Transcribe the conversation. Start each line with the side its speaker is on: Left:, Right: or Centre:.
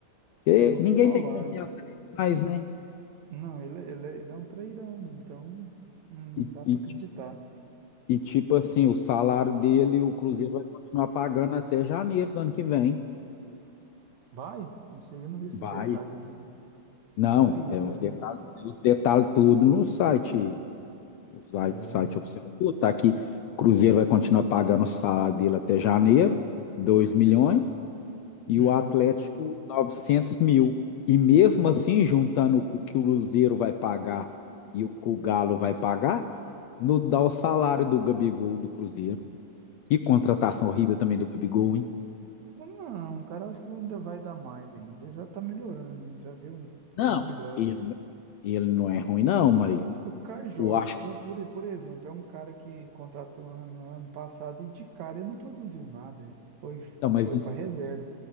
Left: Porque
Right: É, eu ouvi
Left: ninguém
Right: falar.
Left: tem confiança nele mais, né?
Right: Não, ele, é- ele, é- ele é um trairão, né? Então, não
Left: E,
Right: dá pra
Left: e,
Right: acreditar.
Left: e, tipo assim, o salário dele, o Cruzeiro vai continuar pagando até janeiro do ano que vem.
Right: Vai? Esse aí eu não vi esse
Left: Vai.
Right: detalhe aí, não.
Left: Não,
Right: Fria,
Left: tem
Right: tá
Left: uns
Right: vendo?
Left: detalhes, tem os detalhes tudo no site O site,
Right: É.
Left: site oficial tudo, tá aqui. Cruzeiro vai continuar pagando o salário dele até janeiro, 2 milhões, e
Right: Uhum.
Left: o Atlético 900 mil. E mesmo assim, juntando o que o Cruzeiro vai pagar e o que o Galo vai pagar, não dá o salário do Gabigol do Cruzeiro. Que contratação horrível também do Gabigol, hein?
Right: Não, cara, eu acho que ele ainda vai dar mais ainda. Ele já tá melhorando, né? Já deu, um-
Left: Não,
Right: deu umas melhoras.
Left: ele, ele não é ruim, não, mas
Right: O Caio Jorge,
Left: eu acho
Right: por,
Left: que.
Right: por, por exemplo, é um cara que contratou ano, ano passado e de cara ele não produziu nada. é. Foi,
Left: Não, mas,
Right: foi para reserva.